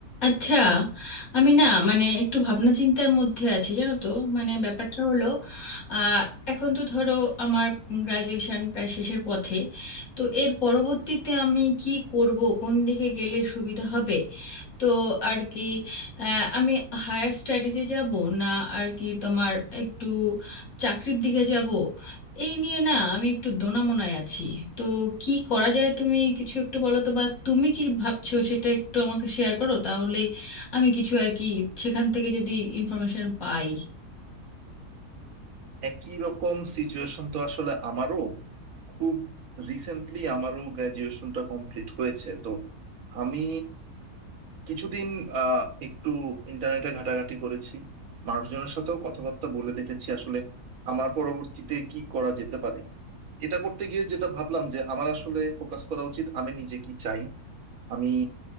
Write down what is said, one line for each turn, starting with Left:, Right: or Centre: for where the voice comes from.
Left: আচ্ছা আমি না মানে একটু ভাবনা চিন্তার মধ্যে আছি জানো তো মানে ব্যাপারটা হলো আহ, এখন তো ধরো আমার গ্রাজুয়েশন প্রায় শেষের পথে তো এর পরবর্তীতে আমি কি করব কোন দিকে গেলে সুবিধা হবে তো আর কি আহ, আমি হায়ার স্টাডিজে যাব না আর কি তোমার একটু চাকরির দিকে যাব এই নিয়ে না আমি একটু দোনামোনায় আছি তো কি করা যায় তুমি কিছু একটু বলো তো বা তুমি কি ভাবছো সেটা একটু আমাকে শেয়ার করো তাহলে আমি কিছু আর কি সেখান থেকে যদি ইনফরমেশন পাই
Right: একই রকম সিচুয়েশন তো আসলে আমারও খুব রিসেন্টলি আমারও গ্র্যাজুয়েশনটা কমপ্লিট হয়েছে তো আমি কিছুদিন আহ, একটু ইন্টারনেটে ঘাটাঘাটি করেছি মানুষজনের সাথেও কথাবার্তা বলে দেখেছি আসলে আমার পরবর্তীতে কি করা যেতে পারে এটা করতে গিয়ে যেটা ভাবলাম যে আমার আসলে ফোকাস করা উচিত আমি নিজে কি চাই আমি